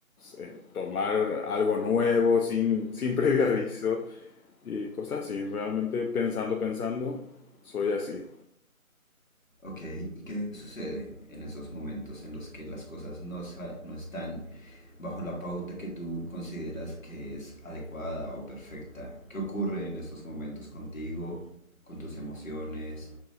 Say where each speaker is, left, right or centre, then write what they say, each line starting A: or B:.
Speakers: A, on the left (about 85°); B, on the left (about 65°).
A: eh, tomar algo nuevo sin, sin previo aviso y cosas así. Realmente pensando, pensando, soy así.
B: Ok, ¿y qué sucede en esos momentos en los que las cosas no, sa- no están bajo la pauta que tú consideras que es adecuada o perfecta? ¿Qué ocurre en esos momentos contigo, con tus emociones?